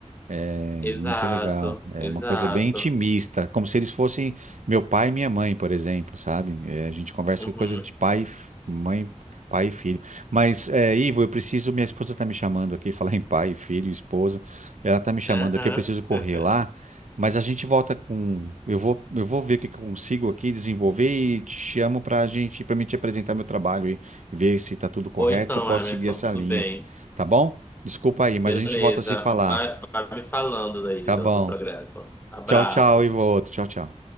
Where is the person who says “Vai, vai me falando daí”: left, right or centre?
Left